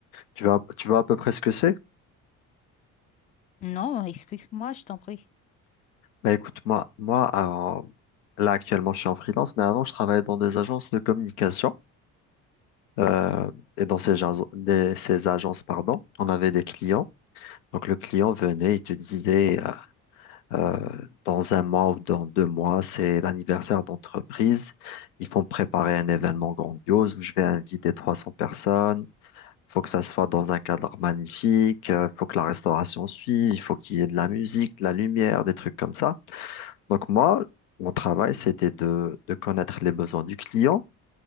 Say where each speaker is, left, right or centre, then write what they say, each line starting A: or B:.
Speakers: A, on the left; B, on the left.
A: Tu vois, tu vois à peu près ce que c'est?
B: Non, explique-moi, je t'en prie.
A: Bah écoute, moi, moi avant- là actuellement je suis en freelance, mais avant je travaillais dans des agences de communication. euh, et dans ces, jas- des- ces agences, pardon, on avait des clients. Donc le client venait, il te disait euh, euh, dans un mois ou dans deux mois, c'est l'anniversaire d'entreprise. Ils font préparer un événement grandiose où je vais inviter 300 personnes. Faut que ça se fasse dans un cadre magnifique. euh, faut que la restauration suive. Il faut qu'il y ait de la musique, de la lumière, des trucs comme ça. Donc moi, mon travail, c'était de, de connaître les besoins du client,